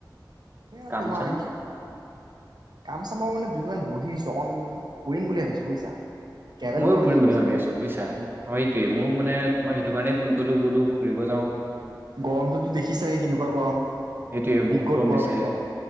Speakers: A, on the right (about 60°); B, on the right (about 25°).
A: এয়া
B: কাম
A: তোমাৰ
B: চাম?
A: অকন ফুৰিম বুলি ভাবিছো বুজিছা ট্ৰেভেল
B: ময়ো
A: কৰিব
B: ফুৰিম
A: মন
B: বুলি
A: গৈছে
B: ভাবি
A: আৰু এতিয়া
B: আছো বুজিছা সটোৱে মোৰ মানে তোমাক সেইটো
A: অ
B: কাৰণেই ফোন কৰিলো বোলো ফুৰিব যাওঁ।
A: গৰমটোতো দেখিছাই কেনেকুৱা গৰম
B: সেইটোৱে বহুত
A: বিগত গৰম
B: দিছে।
A: একদম